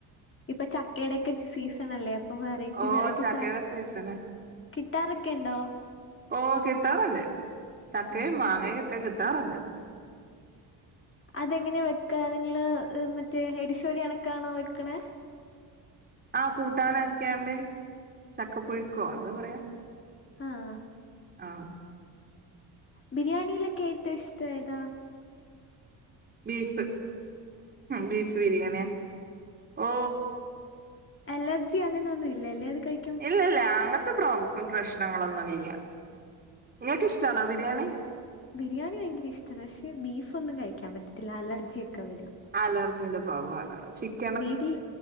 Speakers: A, on the left; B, on the right.
A: ഇപ്പൊ ചക്കയുടെക്കെ സീസണ ല്ലേ അപ്പൊ വെറൈറ്റി
B: ഓ
A: വെറൈറ്റി
B: ചക്കയുടെ
A: സാധ
B: സീസണ്
A: കിട്ടാറൊക്കെ ഉണ്ടോ
B: ഓഹ് കിട്ടാറുണ്ട് ചക്കയും
A: ആ
B: മാങ്ങയും ഒക്കെ കിട്ടാറുണ്ട്
A: അതെങ്ങനെയെ വെക്ക് ക്കാ നിങ്ങൾ മറ്റേ എരിശേരി അ ണക്കാണോ വയ്ക്കണേ
B: ആഹ് കൂട്ടാനാക്കിയാണ്ട് ചക്കപ്പുഴുക്കോ എന്താ പറയാ
A: ആഹ്
B: ആഹ്
A: ബിരിയാണിയിലൊക്കെ ഏറ്റോ ഇഷ്ട ഏതാ
B: ബീഫ് ബീഫ് ബിരിയാണിയ ഓ
A: അലർജി അങ്ങനെ ഒന്നും ഇല്ല ല്ലേ അത് കഴി
B: ഇല്ല ഇല്ല അങ്ങനത്തെ പ്രോ പ്രശ്നങ്ങളൊന്നും ഇല്ല്യ നിങ്ങൾക്ക് ഇഷ്ടാണോ ബിരിയാണി
A: ബിരിയാണി ഭയങ്കര ഇഷ്ടമാണ് പക്ഷേ ബീഫൊന്നും കഴിക്കാൻ പറ്റത്തി ല്ല അലർജിയൊക്കെ വരും
B: അലർജീന്റെ പ്രോബ്ലം ആണോ ചിക്
A: വീട്ടില്